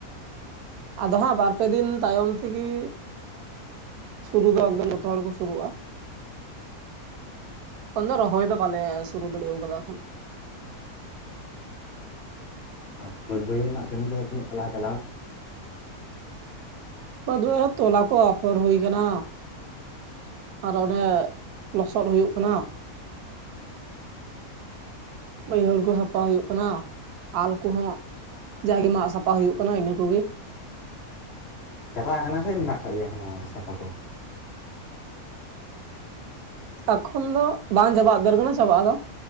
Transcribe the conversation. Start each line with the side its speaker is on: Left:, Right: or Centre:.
Right: ᱟᱫᱚ ᱦᱟᱸᱜ ᱵᱟᱨ ᱯᱮ ᱫᱤᱱ ᱛᱟᱭᱚᱢ ᱛᱮᱜᱤ ᱥᱩᱨᱩ ᱫᱚ ᱮᱠᱫᱚᱢ ᱡᱚᱛᱚ ᱦᱚᱲ ᱠᱚ ᱥᱩᱨᱩᱜᱼᱟ᱾ ᱠᱷᱚᱱ ᱫᱚ ᱨᱚᱦᱚᱭ ᱫᱚ ᱵᱟᱞᱮ ᱥᱩᱨᱩ ᱫᱟᱲᱮᱣ ᱠᱟᱫᱟ ᱠᱷᱟᱱ᱾
Left: ᱟᱨ ᱵᱟᱹᱫ ᱵᱟᱹᱭᱦᱟᱲ ᱨᱮᱱᱟᱜ ᱠᱟᱹᱢᱤ ᱫᱚ ᱛᱤᱱᱟᱹᱜ ᱴᱟ ᱞᱟᱦᱟ ᱪᱟᱞᱟᱣᱱ-ᱟ?
Right: ᱵᱟ. ᱛ ᱵᱟ. ᱭᱦᱟ. ᱲ ᱛᱚᱞᱟ ᱠᱚ ᱟᱯᱷᱚᱨ ᱦᱩᱭ ᱠᱟᱱᱟ᱾ ᱟᱨ ᱚᱱᱮ ᱞᱚᱥᱚᱫ ᱦᱩᱭᱩᱜ ᱠᱟᱱᱟ᱾ ᱵᱟᱹᱭᱦᱟᱹᱲ ᱠᱚ ᱥᱟᱯᱷᱟ ᱦᱩᱭᱩᱜ ᱠᱟᱱᱟ ᱟᱞ ᱠᱚᱦᱚᱸ ᱡᱟᱜᱮ ᱢᱟᱜ ᱥᱟᱯᱷᱟ ᱯᱟ ᱦᱩᱭᱩᱜ ᱠᱟᱱᱟ ᱤᱱᱟᱹ ᱠᱚᱜᱮ ᱾
Left: ᱪᱟᱵᱟ ᱠᱟᱱᱟ ᱥᱮ ᱢᱮᱱᱟᱜ ᱠᱟᱜ ᱜᱮᱭᱟ ᱮᱠᱚᱱᱳ ᱥᱟᱯᱷᱟ ᱠᱚ?
Right: ᱮᱠᱷᱚᱱ ᱫᱚ ᱵᱟᱝ ᱪᱟᱵᱟᱜ-ᱟ <unintelligible> ᱪᱟᱵᱟᱜ-ᱟ ᱟᱫᱚ